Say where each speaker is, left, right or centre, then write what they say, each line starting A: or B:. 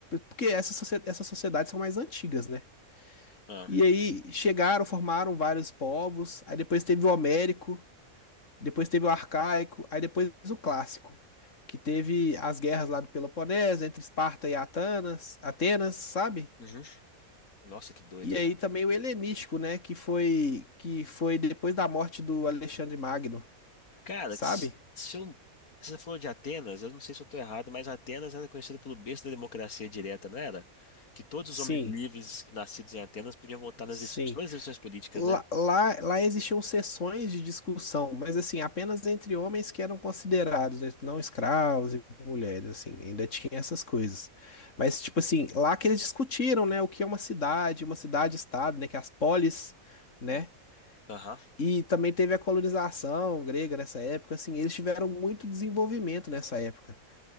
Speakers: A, on the left; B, on the left.
A: porque essas, socie- essas sociedades são mais antigas, né?
B: Ah.
A: E aí chegaram, formaram vários povos, aí depois teve o Homérico, depois teve o arcaico, aí depois o clássico, que teve as guerras lá do Peloponeso, entre Esparta e Atenas, Atenas, sabe?
B: Uhum. Nossa, que doido,
A: E
B: cara.
A: aí também o helenístico, né, que foi que foi depois da morte do Alexandre Magno,
B: Cara,
A: sabe?
B: s- se eu, se você falou de Atenas, eu não sei se eu tô errado, mas Atenas era conhecida pelo berço da democracia direta, não era? Que todos
A: Sim,
B: os homens livres nascidos em Atenas podiam votar nas
A: sim.
B: deci- todas as decisões políticas,
A: Lá,
B: né?
A: lá, lá existiam sessões de discussão, mas assim, apenas entre homens que eram considerados, né, não escravos e mulheres, assim, ainda tinha essas coisas. Mas, tipo assim, lá que eles discutiram, né, o que é uma cidade, uma cidade-estado, né, que é as polis, né,
B: Uhum. Aham.
A: e também teve a colonização grega nessa época, assim, eles tiveram muito desenvolvimento nessa época.